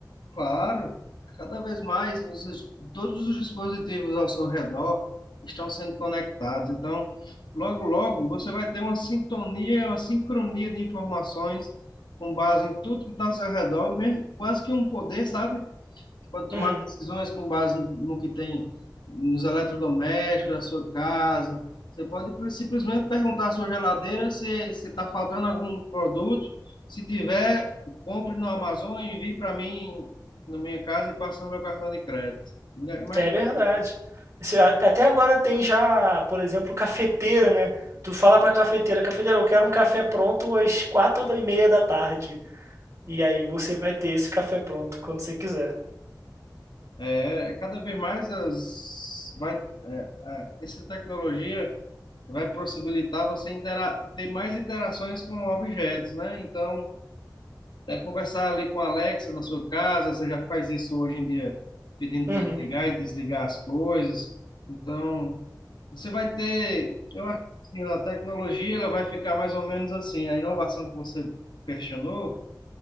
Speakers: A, on the left (about 80°); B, on the right (about 40°).
A: Claro, cada vez mais os, todos os dispositivos ao seu redor estão sendo conectados. Então, logo, logo, você vai ter uma sintonia, uma sincronia de informações com base em tudo que está ao seu redor, mesmo- quase que um poder, sabe? pode tomar
B: Uhum,
A: decisões com base no no que tem nos eletrodomésticos da sua casa. Você pode pre- simplesmente perguntar à sua geladeira se se está faltando algum produto. Se tiver, compre no Amazon e envie para mim na minha casa e passe no meu cartão de crédito. E Mas
B: é verdade. Esse- a- Até agora tem já, por exemplo, cafeteira, né? Tu fala pra cafeteira, cafeteira, eu quero um café pronto às quatro e meia da tarde. E aí você vai ter esse café pronto quando você quiser.
A: é, cada vez mais as, vai, é, é, essa tecnologia vai possibilitar você intera ter mais interações com objetos, né? Então né, conversar ali com a Alexa na sua casa, você já faz isso hoje em dia, pedindo
B: Uhum,
A: para ela ligar e desligar as coisas. Então, você vai ter, eu acho que assim, a tecnologia ela vai ficar mais ou menos assim, a inovação que você questionou